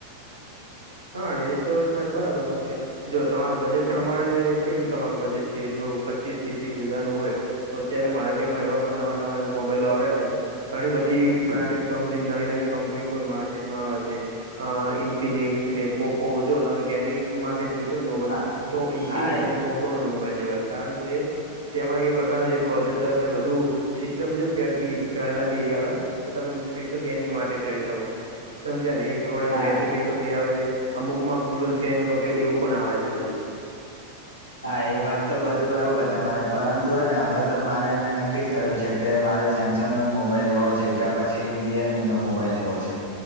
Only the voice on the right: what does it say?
હા, એ તો તમે બરાબર વાત કરી, જો તમાર બજેટ પ્રમાણે, કેટલું તમારું બજેટ છે, જો પચીસ થી ત્રીસ હજારનું હોય. તો અત્યારે માર્કેટમાં એવા પણ નવા નવા મોબાઈલો આવ્યા છે. ઘણી બધી બ્રાન્ડેડ કંપની, નવી નવી કંપનીઓ પણ માર્કેટમાં આવે છે. આ ઇન્ફિનિક્સ ને પોકો, જોઓ તમે ગેમિંગ માટે જોઈતો હોને મોબાઈલ,
તો ઇન્ફિનિક્સ
અને પોક કોનો જ મોબાઈલ લેવાય, કારણ કે તેમાં એ પ્રકારનાં જે પ્રોસેસરને બધું સિસ્ટમ છે, ત્યારથી પહેલાંથી એવી આવે, કે તમે સ્પેશિયલ ગેમિંગ માટે કરી શકો. સમજ્યા ને, એ પ્રમાણે
બેટરી બેકઅપ જે આવે એ. અમુકમાં કુલર ફેન વગેરે એવું પણ આવે છે બધુંય.